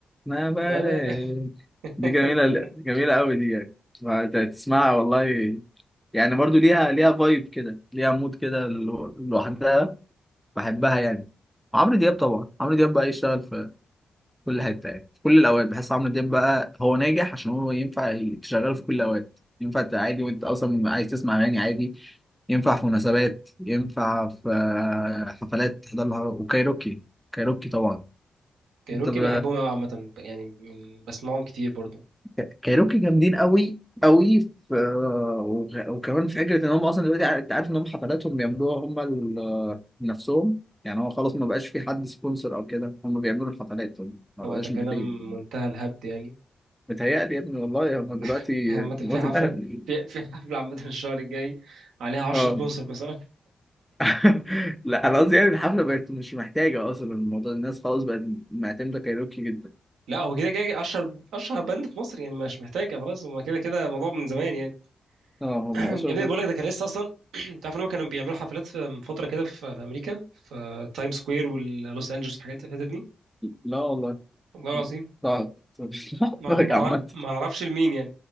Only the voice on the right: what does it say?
ما بال <laughs>
كايروكي
بحبهم قوي عامة يعني من- بسمعهم كتير برضو
طبعا
ده كلام
منتهى الهبد يعني
<laughs>
عامة
في حفلة
في في حفلة عامة الشهر الجاي عليها 10
سبونسر مثلا
لا هو كده كده اشهر اشهر باند في مصر يعني مش محتاجه خلاص هما كده كده الموضوع من زمان يعني
<clears throat>
يا
ابني
بقول لك ده كان لسه اصلا <clears throat> تعرف ان هم كانوا بيعملوا حفلات في من فتره كده في, في امريكا في تايم سكوير ولوس انجلوس والحاجات الحتت دي
والله العظيم
ما
ما
أعرف- ما اعرفش لمين يعني